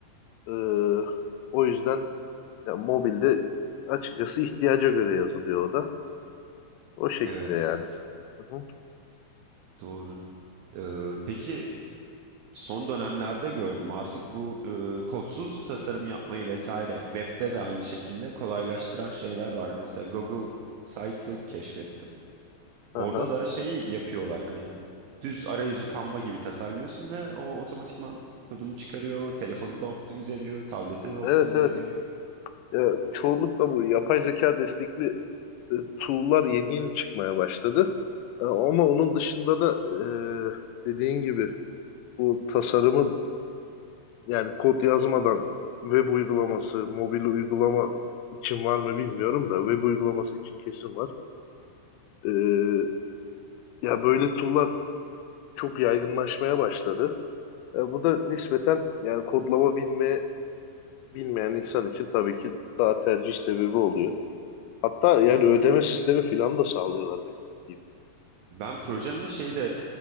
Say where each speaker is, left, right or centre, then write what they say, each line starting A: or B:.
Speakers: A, on the left (about 90°); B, on the right (about 85°).
A: Ee, o yüzden ya, mobilde açıkçası ihtiyaca göre yazılıyor o da. O şekilde
B: Evet,
A: yani. Hı hı.
B: doğru. Ee, peki son dönemlerde gördüm artık bu e, kodsuz tasarım yapmayı vesaire webde de aynı şekilde kolaylaştıran şeyler var. Mesela Google Sites'ı keşfettim. Orada
A: Aha.
B: da şeyi yapıyorlar hani düz arayüzü Canva gibi tasarlıyorsun ve o otomatikman kodunu çıkarıyor, telefonu da optimize ediyor, tablete de optimize
A: Evet evet.
B: ediyor.
A: Ya, çoğunlukla bu yapay zeka destekli e, tool'lar yeni yeni çıkmaya başladı. E, ama onun dışında da e, dediğin gibi bu tasarımı Yani kod yazmadan web uygulaması, mobil uygulama için var mı bilmiyorum da web uygulaması için kesin var. Ee, ya böyle tool'lar çok yaygınlaşmaya başladı. Ya bu da nispeten yani kodlama bilme bilmeyen insan için tabii ki daha tercih sebebi oluyor. Hatta yani
B: Bir-
A: ödeme sistemi filan da sağlıyorlar benim bildiğim.
B: Ben projemde şey de